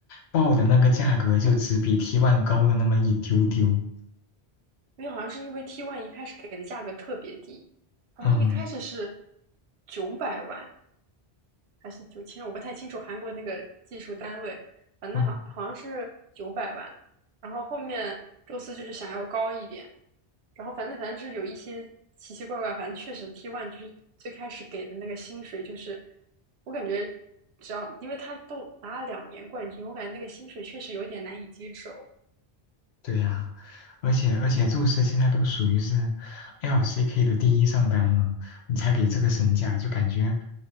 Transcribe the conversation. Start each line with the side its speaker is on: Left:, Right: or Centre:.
Left: 报的那个价格就只比 t One 高的那么一丢丢。
Right: 因为好像是因为 T One 一开始给的价格特别低，好像一开始是
Left: 嗯
Right: 九百万还是九千，我不太清楚韩国那个技术单位，反正好好像是九百万，
Left: 嗯，
Right: 然后后面宙斯就是想要高一点。然后反正反正就是有一些奇奇怪怪，反正确实 T one 就是最开始给的那个薪水，就是我感觉只要因为他都拿了两年冠军，我感觉那个薪水确实有点难以接受。
Left: 对呀、而且而且宙斯现在都属于是 LCK 的第一上单了，你才给这个身价，就感觉